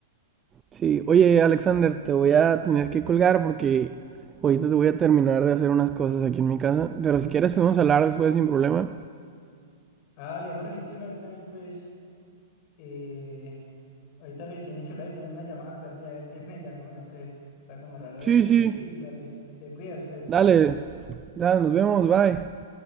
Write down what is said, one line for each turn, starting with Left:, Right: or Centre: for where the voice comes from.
Right: Sí, oye Alexander, te voy a tener que colgar porque ahorita te voy a terminar de hacer unas cosas aquí en mi casa, pero si quieres podemos hablar después sin problema.
Left: Ah, vale, Jorge, sí, no, yo también pues, eh, ahorita revisé mi celular y tengo una llamada perdida, a ver quién me llamó, no sé, está como raro
Right: Sí,
Left: eso, entonces
Right: sí,
Left: sí, dale, te cuidas, pues, chao.
Right: dale, dale, nos vemos, bye.